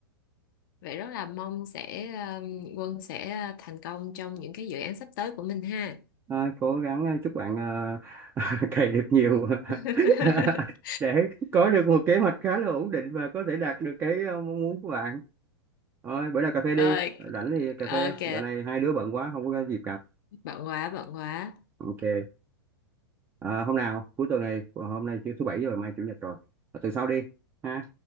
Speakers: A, on the left; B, on the right.
A: vậy rất là mong sẽ um, Quân sẽ uh, thành công trong những cái dự án sắp tới của mình ha.
B: Thôi, cố gắng ờ, chúc bạn ờ, <laughs> cày được nhiều
A: <laughs>
B: <laughs> để có được một kế hoạch khá là ổn định và có thể đạt được cái ờ, mong muốn của bạn Thôi, bữa nào cà phê đi
A: Ơi,
B: rảnh thì cà
A: ok,
B: phê dạo này hai đứa bận quá không có dịp gặp
A: bận quá, bận quá.
B: ok Ờ, hôm nào cuối tuần này hôm nay thứ bảy rồi mai chủ nhật rồi từ sau đi ha